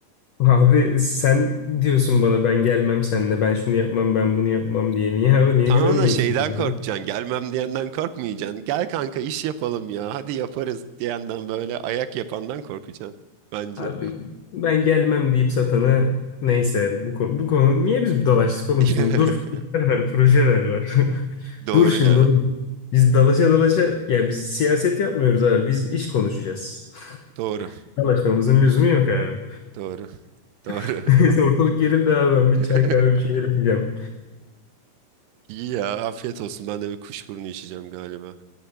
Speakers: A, on the left; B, on the right.
A: Abi sen diyorsun bana ben gelmem seninle ben şunu yapmam ben bunu yapmam diye. Niye abi niye
B: Tamam
A: güvenmiyorsun
B: da şeyden
A: bana?
B: korkacaksın,
A: ya?
B: gelmem diyenden korkmayacaksın. Gel kanka iş yapalım ya, hadi yaparız diyenden böyle ayak yapandan korkacaksın bence.
A: Abi ben gelmem deyip satana neyse bu konu, bu konu niye biz dalaştık oğlum
B: <laughs>
A: şimdi? Dur fikirler var projeler var. <laughs>
B: Doğru
A: Dur şimdi
B: ya,
A: oğlum. Biz dalaşa dalaşa ya biz siyaset yapmıyoruz abi biz iş konuşacağız. <laughs>
B: doğru,
A: Dalaşmamızın lüzumu yok abi.
B: doğru.
A: <laughs>
B: Doğru.
A: Neyse ortalık gerildi abi ben
B: <laughs>
A: bir çay kahve bir şeyler içeceğim.
B: İyi ya afiyet olsun. Ben de bir kuşburnu içeceğim galiba.